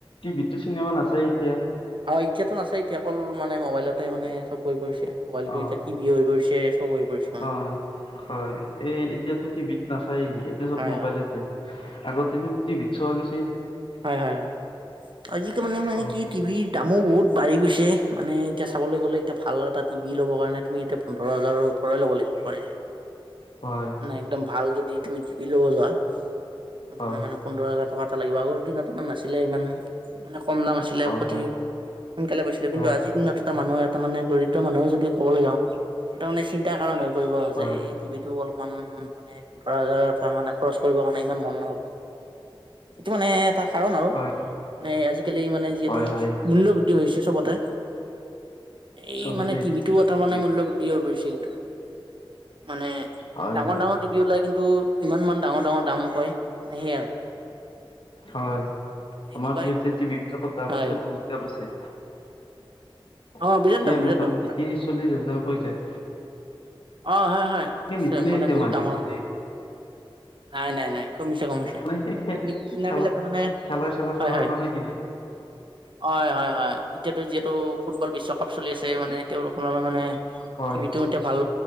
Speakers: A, on the left; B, on the right.
A: টিভিততো চিনেমা নাচায়েই এতিয়া।
B: অ', এতিয়াতো নাচাই এতিয়া, অকল মানে মোবাইলতে মানে চব হৈ পৰিছে। মোবাইলটো
A: অ
B: এতিয়া টভি হৈ পৰিছে, চব হৈ পৰিছে মানে।
A: হয় হয়, এই এতিয়াতো টিভিত নাচায়, এতিয়া চব
B: হয়,
A: মোবাইলতে।
B: হয়, হয়।
A: আগতেটো টিভিত ছোৱা গৈছে।
B: হয় হয় হয়, আজিকালি মানে মানে
A: অ
B: কি টিভিৰ দামো বহুত বাঢ়ি গৈছে, মানে এতিয়া চাবলৈ গ'লে, এতিয়া ভাল এটা টিভি ল'ৰ কাৰণে তুমি এতিয়া পোন্ধৰ হাজাৰৰ <unintelligible> ল'ব লাগিব, হয়।
A: হয়।
B: নাই, একদম ভাল যদি তুমি টিভি ল'ব যোৱা, আপোনাৰ
A: হয়
B: মানে পোন্ধৰ হাজাৰ টকা এটা লাগিব, আগৰ দিনত ইমান নাছিলে, ইমান মানে কম দাম আছি ছিলে,
A: হয়
B: অতি
A: হয়
B: সোনকালে পাইছিলোঁ
A: হয়
B: কিন্তু আজিৰ দিনত এটা মানুহে তাৰ মানে দৰিদ্ৰ মানুহে যদি ক'বলৈ যাওঁ, এটা মানে চিন্তা কাৰণ হৈ পৰিব,
A: হয়
B: যে এই টিভিটো অলপ ইমান মানে পোন্ধৰ হাজাৰ মানে খৰচ কৰিবৰ কাৰণে ইমান মন নহব। সেইটো মানে এটা কাৰণ আৰু,
A: হয়
B: মানে আজিকালি মানে যিহেতু
A: হয় হয়
B: মূল্য বৃদ্ধি হৈছে চবতে, এই
A: চবতে
B: মানে টিভিটোও
A: মূল্য
B: এটা
A: বৃদ্ধি
B: মানে মূল্য বৃদ্ধি হৈ পৰিছে কিন্তু। মানে
A: হয়
B: ডাঙৰ
A: হয়
B: ডাঙৰ টিভিউ ওলাই, কিন্তু ইমানমান ডাঙৰ ডাঙৰ দাম কয়, মানে সেয়াই আৰু।
A: হয়,
B: সেনেকুৱাই
A: আমাৰতো এতিয়া টি ভি বিলাকত দাম
B: হয়
A: আছে, বহুত দাম আছে।
B: অ
A: এতিয়া
B: বিৰাট দাম বিৰাট
A: মোটামুটি
B: দাম তাকে
A: ত্ৰিশ চল্লিশ হাজাৰ হৈ যায়।
B: অ', হয় হয়,
A: সেই
B: নিশ্চয়
A: নিকিনে
B: মানে
A: এতিয়া
B: বহুত
A: মানুহে
B: ডাঙৰ,
A: মানে
B: নাই নাই নাই, কমিছে কমিছে।
A: মানে সেই খে
B: কিনা
A: খেলা
B: বিলাকে তাৰমানে,
A: খেলা চেলা
B: হয়
A: চাবৰ
B: হয়।
A: কাৰণে কিনে
B: হয় হয় হয়, এতিয়াতো যিহেতু ফুটবল বিশ্বকাপ চলি আছে, মানে তেওঁলোকৰ মানে
A: হয়
B: টিভিটো এতিয়া ভাল